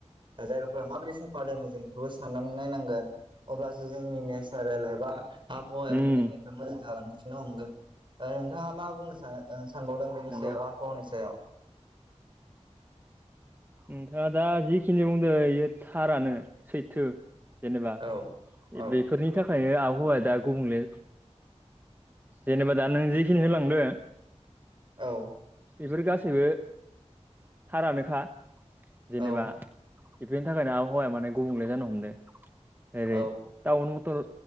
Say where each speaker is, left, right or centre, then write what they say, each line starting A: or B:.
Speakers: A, on the right (about 45°); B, on the right (about 15°).
A: दा जायगाफोरा माबायदि साफा दोनो जों बेखौबो साननानै नायनांगोन अब्लासो जोंनि नेसारेल एबा आबहावाया
B: उम
A: मोजांनिफ्राय मोजां जालांफिननो हमगोन नोंथाङा मा बुंनो सान सानबावदों बेनि
B: नंगौ
A: सायाव आबहावानि सायाव
B: नोंथाङा दा जिखिनि बुंदों बे थारानो सैथो जेनेबा
A: औ औ
B: बेफोरनि थाखायनो आबहावाया दा गुबुंले जेनेबा दा नों जिखिनि होनलांदो
A: औ
B: बेफोर गासैबो थारानोखा जेनेबा
A: औ
B: बेफोरनि थाखायनो आबहावाया माने गुबुंले जानो हमदों ओरै
A: औ
B: टाउन मथर